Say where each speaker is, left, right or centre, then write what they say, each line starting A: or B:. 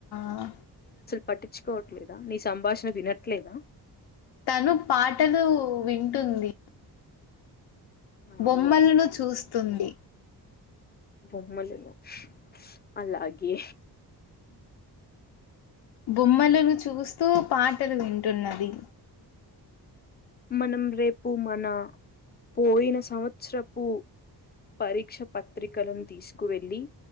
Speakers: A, on the left; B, on the left.
A: ఆ
B: పట్టించుకోవట్లేదు నీ సంభాషణ వినట్లేదా
A: తను పాటలు వింటుంది
B: ఆ,
A: బొమ్మలను
B: ఓ
A: చూస్తుంది
B: బొమ్మలును అలాగ కే
A: బొమ్మలులను చూస్తూ పాటలు వింటున్నది
B: మనం రేపు మన పోయిన సంవత్సరపు పరీక్ష పత్రికలను తీసుకువెళ్ళి